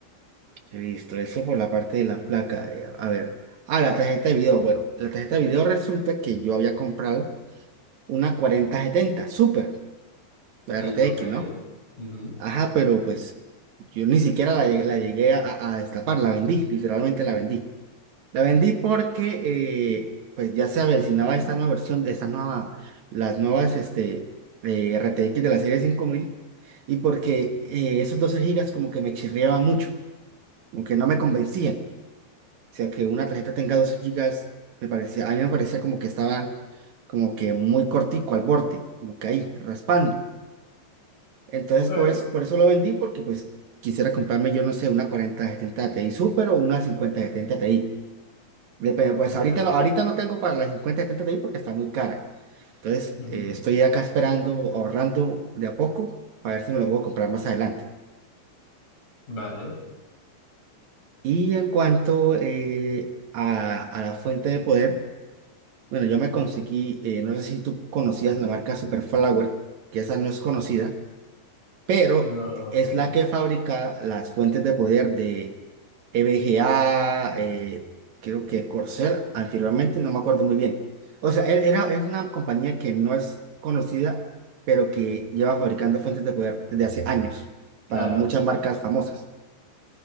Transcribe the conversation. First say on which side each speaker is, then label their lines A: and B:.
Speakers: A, on the right; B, on the left.
A: Listo, eso por la parte de la placa. eh, A ver, ah, la tarjeta de video. Bueno, la tarjeta de video resulta que yo había comprado una cuarenta setenta Super, la
B: Sí,
A: RTX,
B: ok.
A: ¿no?
B: Ujú.
A: Ajá, pero pues yo ni siquiera la, llegué- la llegué a, a destapar, la vendí, literalmente la vendí. La vendí porque eh, pues ya se avecinaba esta nueva versión, esta nueva, las nuevas este, eh, RTX de la serie 5000 y porque eh, esos 12 gigas como que me chirriaba mucho, como que no me convencían. O sea, que una tarjeta tenga 12 gigas, me parecía, a mí me parecía como que estaba como que muy cortico al borde, como que ahí, raspando. Entonces,
B: Ok.
A: por, es- por eso lo vendí, porque pues quisiera comprarme, yo no sé, una 4070 Ti Super o una 5070 Ti. Depende, pues
B: Ya.
A: ahorita no, ahorita no tengo para la 5070 Ti porque está muy cara. Entonces,
B: Ujú.
A: eh, estoy acá esperando, ahorrando de a poco, para ver si me lo puedo comprar más adelante.
B: Vale.
A: Y en cuanto eh, a, a la fuente de poder, bueno, yo me conseguí, eh, no sé si tú conocías la marca Superflower, que esa no es conocida pero
B: No,
A: es
B: ok.
A: la que fabrica las fuentes de poder de EVGA, eh, creo que Corsair, anteriormente, no me acuerdo muy bien. O sea, e- era, es una compañía que no es conocida, pero que lleva fabricando fuentes de poder desde hace años
B: Claro.
A: para muchas marcas famosas.